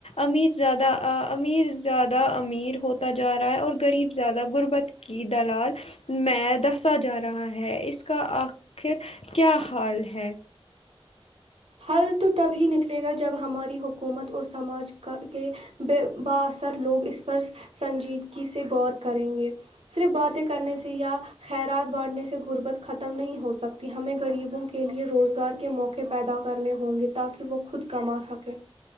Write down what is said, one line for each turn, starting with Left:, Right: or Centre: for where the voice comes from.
Left: امیر زیادہ امیر زیادہ امیر ہوتا جا رہا ہے اور غریب زیادہ غربت کی دلال میں دسا جا رہا ہے اس کا آخر کیا حال ہے
Right: حل تو تب ہی نکلے گا جب ہماری حکومت اور سماج کا کے بے با اثر لوگ اس پر سنجیدگی سے غور کریں گے صرف باتیں کرنے سے یا خیرات بانٹنے سے غربت ختم نہیں ہو سکتی ہمیں غریبوں کے لیے روزگار کے موقع پیدا کرنے ہوں گے تاکہ وہ خود کما سکے